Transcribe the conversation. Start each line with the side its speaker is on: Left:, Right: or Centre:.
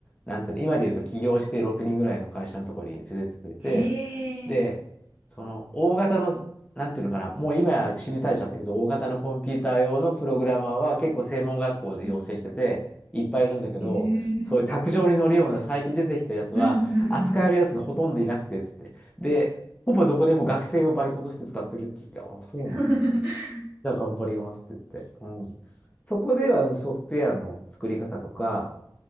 Left: なんていうの、今で言うと起業して6人ぐらいの会社のところに連れてってくれて、
Right: へ
Left: で、
Right: え、
Left: その大型の、なんていうのかな、もう今や死に絶えちゃったけど、大型のコンピューター用のプログラマーは結構専門学校で養成してて、
Right: うん
Left: いっぱいいるんだけど、
Right: へえ、
Left: そういう卓上に乗るような最近出てきたやつは、
Right: うんうんうん。
Left: 扱えるやつがほとんどいなくて、つって。で、ほぼどこでも学生をバイトとして使ってるって言って、あ、そうなんですか。
Right: <laughs>
Left: じゃあ頑張りますって言って。うん。そこではうんソフトウェアの作り方とか、